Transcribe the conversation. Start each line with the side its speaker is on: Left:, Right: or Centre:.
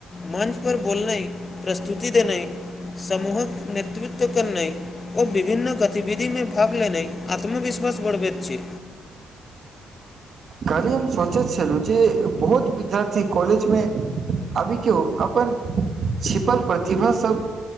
Left: मंच पर बोलनाइ स्तुति देने समूहक नेतृत्व करनाय ओ विभिन्न गतिविधि मे भाग लेने आत्मविश्वास बढ़बैत छैय।
Right: कायलही हम सोचैत छलहुँ जे बहुत विद्यार्थी कॉलेजमे अभी केओ अपन छिपल प्रतिभासभ